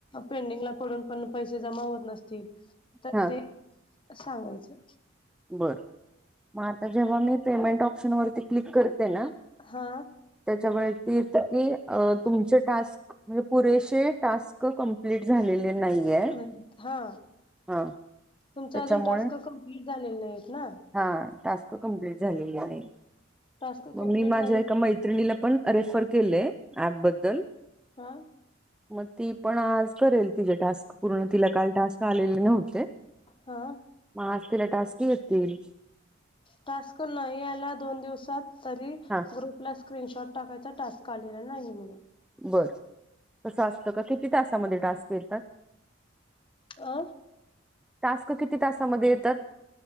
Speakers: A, on the left; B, in the centre.
A: पेंडिंगला पडून पण पैसे जमा होत नसतील तर
B: हा
A: ते सांगायचं.
B: बर मग आता जेव्हा मी पेमेंट ऑप्शन वरती क्लिक करते ना
A: हा.
B: त्याच्या वरती की अ तुमचे टास्क म्हणजे पुरेशे टास्क कमप्लीट झालेले नाही ये
A: नाही हा
B: हा.
A: तुमचा
B: त्याच्यामुळे
A: अजून टास्क कम्प्लीट झालेले नाहीत ना.
B: हा टास्क कंप्लिट झालीली नाही
A: टास्क कंप्लीट
B: मी माझ्या
A: झाले
B: एका मैत्रिला पण रेफर केले ऍपबद्दल
A: हा
B: मग ती पण आज करेल तिचेे टास्क पूर्ण तिला काल टास्क आलेले नव्हते
A: हा.
B: मगं आज तिला टास्क येतील.
A: टास्क नाही आला दोन दिवसात तरी
B: हा
A: ग्रुपला स्क्रीनशॉट टाकायचा टास्क आलेला नाही म्हणून.
B: बर तसं असतं का किती तासामध्ये टास्क येतात.
A: अ.
B: टास्क किती तासामध्ये येतात.